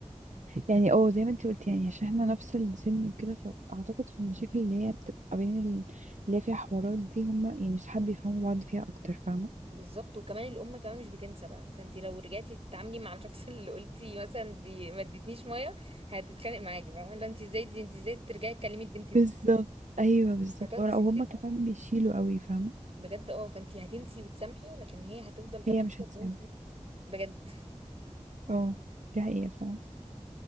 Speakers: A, on the right; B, on the right.
A: يعني اه زي ما انت قلت يعني عشان احنا نفس السن وكده فأعتقد في المشاكل اللي هي بتبقى بين ال- اللي هي فيها حوارات دي هما يعني صحاب بيفهموا بعض فيها أكتر فاهمة
B: بالظبط وكمان الام كمان مش بتنسى بقى فانت لو رجعتي تتعاملي مع الشخص <laughs> اللي قلتي مثلا دي ما ادتنيش ميه هتتخانق معاكي بقى لا انت ازاي دي انت ازاي ترجعي تكلمي البنت دي
A: بالظبط ايوه بالظبط
B: هتقعد
A: ورا-
B: تزلك
A: او هما
B: بقى
A: كمان
B: <laughs>
A: بيشيلوا قوي فاهمه
B: بجد اه فانتي هتنسي وتسامحي لكن هي هتفضل فاكرة
A: هي مش
B: ان
A: هتسامح
B: انتي بجد
A: اه دي حقيقه فاهمه